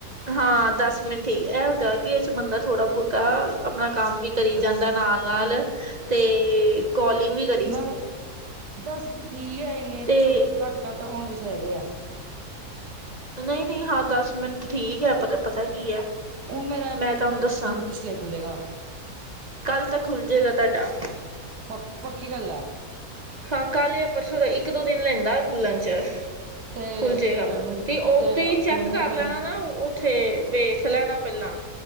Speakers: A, on the right; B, on the right.
A: ਹਾਂ ਦਸ ਮਿੰਟ ਠੀਕ ਇਹ ਹੋਗਾ ਕਿ ਇਹ 'ਚ ਬੰਦਾ ਥੋੜਾ ਬਹੁਤਾ ਆਪਣਾ ਕੰਮ ਵੀ। ਕਰੀ ਜਾਂਦਾ ਨਾਲ ਨਾਲ ਤੇ ਕੋਲਿੰਗ ਵੀ ਕਰ
B: ਨਾਲੇ ਦੱਸ ਵੀ ਠੀਕ ਆ, ਇੰਨੇ
A: ਤੇ
B: ਛੋ ਘੱਟ, ਘੱਟ ਹੋਣੇ ਚਾਹੀਦੇ ਆ।
A: ਨਹੀਂ ਨਹੀਂ, ਹਾਂ ਦਸ ਮੈਨ ਤੇ ਠੀਕ ਹੈ, ਪਤਾ ਪਤਾ ਕੀ ਹੈ।
B: ਉਹ ਮੇਰਾ
A: ਮੈਂ
B: ਪੇਮੈਂਟ
A: ਤੁਹਾਨੂੰ
B: ਵਾਲਾ
A: ਦੱਸਾਂ
B: ਓਪਸ਼ਨ ਕਿਸ ਲੇ ਖੁੱਲ੍ਹੇਗਾ।
A: ਕੱਲ੍ਹ ਤੱਕ ਖੁੱਲਜੇ ਗਾ ਤੁਹਾਡਾ।
B: ਪ ਪੱਕੀ ਗੱਲ ਆ
A: ਹਾਂ ਕੱਲ ਜਾਂ ਪਰਸੋਂ ਦਾ ਇੱਕ ਦੋ ਦਿਨ ਲੈਂਦਾ ਖੁੱਲਣ 'ਚ
B: ਤੇ
A: ਖੁੱਲ ਜੇਗਾ
B: ਪੇਮੈਂਟ
A: ਤੇ ਉਹ ਤੁਸੀ ਚੈਕ
B: ਪੇਮੈਂਟ
A: ਕਰ
B: ਕਦੋਂ
A: ਲੈਣਾ ਨਾ ਓ ਉੱਥੇ ਵੇਖ ਲੈਣਾ ਪਹਿਲਾਂ